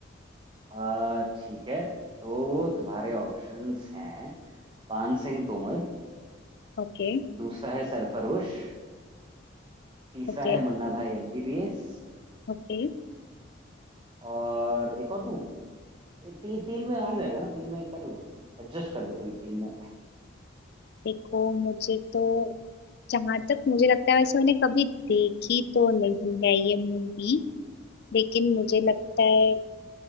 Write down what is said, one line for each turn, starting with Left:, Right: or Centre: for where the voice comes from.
Right: आ ठीक है तो तुम्हारे ऑप्शंस हैं पान सिंह तोमर
Left: ओके
Right: दूसरा है सरफरोश तीसरा
Left: ओके
Right: है मुन्ना भाई एमबीबीएस
Left: ओके
Right: और एक और दूं ए, ती, तीन में आ जाएगा ना तीन में कर लो एडजस्ट कर लो थोड़ी तीन में
Left: देखो मुझे तो जहां तक मुझे लगता है वैसे मैंने कभी देखी तो नहीं है ये मूवी लेकिन मुझे लगता है